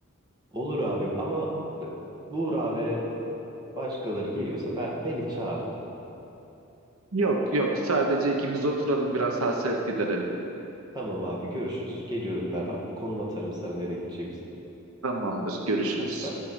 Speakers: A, on the right (about 20°); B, on the right (about 80°).
A: Olur abi ama Buğra ve başkaları geliyorsa ben beni çağırma.
B: Yok yok, sadece ikimiz oturalım biraz hasret giderelim.
A: Tamam abi görüşürüz. Geliyorum ben. Ha- Konum atarım sana nereye gideceğimizi.
B: Tamamdır, görüşürüz.
A: Heh, bye.